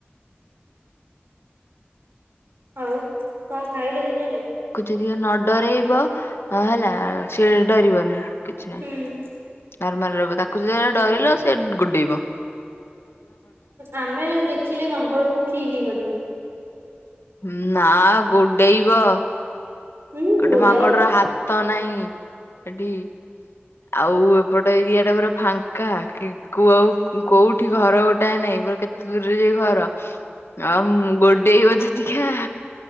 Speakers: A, on the right; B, on the left.
A: ଆଉ କଣ ଖାଇଲେଣି? କିଏ ରେ
B: ଅତ୍ୟଧିକ ନ ଡରେଇବ ହେଲା ସିଏ ଡରିବନି। କିଛି ନାହିଁ
A: ହୁଁ।
B: ନର୍ମାଲ ରହିବ ତାକୁ ଜଦି ଡରିଲ ସେ ଗୁଡେଇବ।
A: ଆମେ ଦେଖିଲେ ମାଙ୍କଡ଼ କୁ କି କି କରିବୁ।
B: ହୁଁ ନା ଗୋଡେଇବ।
A: ହୁଁ
B: ଗୋଟେ
A: ଗୋଳାଏ।
B: ମାଙ୍କଡ୍ ର ହାତ ତ ନାହିଁ ଏଠି ଆଉ ଏପଟ ଏରିଆ ଟା ପୁରା ଫାଙ୍କା କି କ ଆଉ କୋଉଠି ଘର ଗୋଟାଏ ନାଇଁ ପୁରା କେତେ ଦୂରରେ ଯାଇ ଘର ଆଉ ଗୋଡେଇବ ଯେତିକା